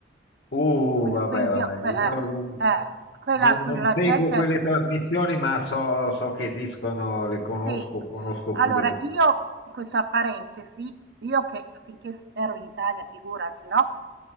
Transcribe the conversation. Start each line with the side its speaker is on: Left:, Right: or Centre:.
Left: Uh,
Right: que-
Left: vabbè,
Right: Quei
Left: vabbè,
Right: dio, que-
Left: io
Right: eh,
Left: non,
Right: eh, quella,
Left: non-
Right: quella
Left: non seguo
Right: gente
Left: quelle trasmissioni, ma so, so che esistono, le conosco,
Right: sì.
Left: conosco
Right: Allora
Left: chi le guarda.
Right: io questa parentesi, io che finché s ero in Italia figurati, no,